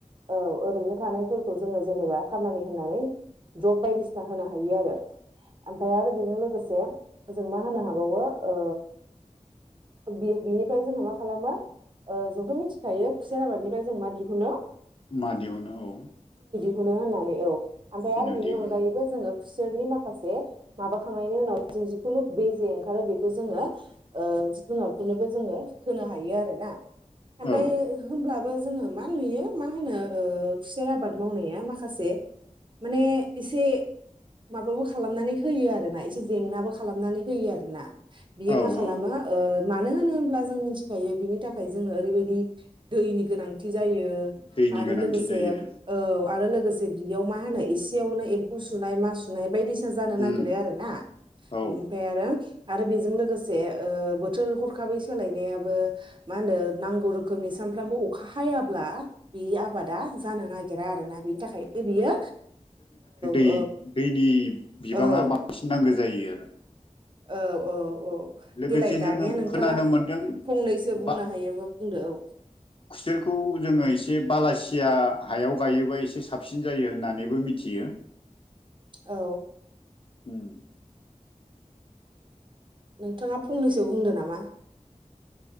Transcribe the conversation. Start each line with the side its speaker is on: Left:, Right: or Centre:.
Right: औ ओरैनो थानाय फोरखौ जोङो जेनेबा खामानि होनानै जब बायदिसिना होनो हायो आरो। ओमफाय आरो बेजों लोगोसे जों मा होनो हाबावो ओ बि-बिनिफ्राय जोंहा मा खालामो ओ जोंथ' मिथिखायो खुसेर आबादनिफ्राय जों मा दिहुनो
Left: मा दिहुनो औ।
Right: मोनो होननानै औ आमफाय
Left: सिनु
Right: आर बेनि
Left: दिहुनो
Right: अनगायै बो जोङो खुसेरनि माखासे माबाखांनायनि उनाव जों जिखुनु बे जे ओंखारो बेखौ जोङो ओ जिखुनो <unintelligible> नोबो जोङो होनो हायो आरोना ओमफाय
Left: औ
Right: होमब्लाबो जोङो मा नुयो मा होनो ओ खुसेर आबाद मावनाया माखासे माने एसे माबाबो खालामनानै होयो आरोना एसे जेंनाबो खालामनानै होयो आरोना। बियो
Left: औ
Right: मा खालामो
Left: औ
Right: ओ मानो होनो होनब्ला जों मिनथिखायो बिनि थाखाय जोङो ओरैबायदि दैनि गोनां थि जायो
Left: दैनि
Right: आरो
Left: गोनांथि
Right: लोगोसे
Left: जायो
Right: औ आरो लोगोसे बियाव मा होनो एसेयावनो एम फौ सुनाय मासुनाय बायदिसिना जानो नागिरो
Left: उम
Right: आरोना
Left: औ
Right: ओमफाय आरो आरो बेजों लोगोसे ओ बोथोर हरखाबै सोलायनायाबो मा होनो नांगौ रोखोमनि सो सामफ्रामबो अखा हायाब्ला बि आबादा जानो नाग गेरा आरोना बिनि थाखायनो बियो
Left: बि
Right: औ
Left: दैनि बिबाङा
Right: औ
Left: बांसिन नांगौ जायो आरो।
Right: औ औ औ
Left: लोगोसे
Right: देलाय दानिया
Left: जोङो
Right: नोंथाङा
Left: खोनानो मोनदों
Right: फंनैसो बुंनो
Left: बा
Right: हायोबा बुंदो औ?
Left: खुसेरखौ जोङो एसे बालासिया हायाव गायोबा एसे साबसिन जायो होननानैबो मिथियो।
Right: औ।
Left: उम।
Right: नोंथाङा फंनैसो बुंदो नामा?